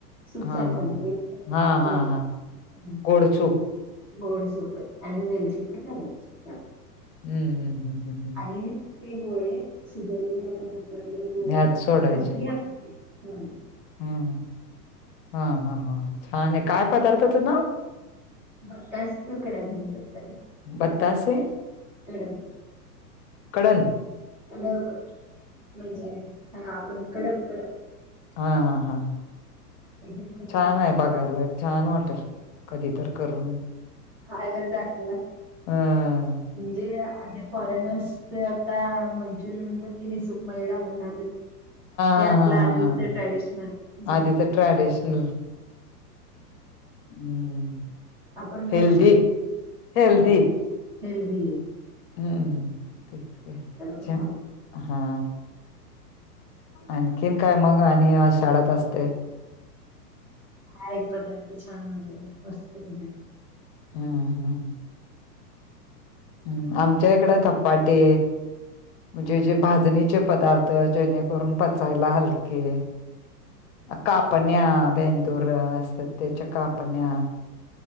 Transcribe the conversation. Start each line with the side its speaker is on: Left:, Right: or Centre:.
Centre: सूप
Left: हा
Centre: सारखच
Left: हा
Centre: गोड
Left: हा हा
Centre: हाय.
Left: हा गोड सूप
Centre: गोड सुपच आणि वेलचीपूड घालायची त्यात.
Left: हम्म, हम्म, हम्म. हम्म
Centre: आणि ते गोळे शिजवलेले आपण उकडलेले गोळे
Left: ह्यात सोडायचे
Centre: आणि आमटी हम्म.
Left: हम्म हा हा हा छान आहे काय पदार्थते ना
Centre: बत्ास कडब म्हंततला
Left: बत्तासे
Centre: कडब
Left: कडण
Centre: कडब म्हणजे हा आपण कडब कडप
Left: हा हा हा
Centre: हे म्हणतात
Left: छान
Centre: ना
Left: आहे बघायला छान वाटेल कधी तर करून
Centre: खायला लेललं
Left: हम
Centre: म्हणजे म्हजे फॉरेनर्स आता मंचुरियन म्हणतात कि निसूप मध्ये घालून खातात हे
Left: हा
Centre: आपल्या
Left: हा हा
Centre: आधीच
Left: हा
Centre: ट्रॅडिशनल ज
Left: आधीच
Centre: ना
Left: ट्रॅडिशनल मंचुरियन
Centre: आपण
Left: हेल्दी
Centre: कस
Left: हेल्दी
Centre: हेदी
Left: हम्म तेचच्छ
Centre: पण हलकं
Left: हा आणखीन काय मग आणि आ शाळात असते
Centre: हा एक पदार्थ छान होतेय वस्तूठ
Left: हम्म हम् हम् हम्म आमच्या इकड धपाटी म्हणजे जे भाजणीचे पदार्थ जेणेकरून पचायला हलके कापण्या बेंदूर असतात त्याच्या कापण्या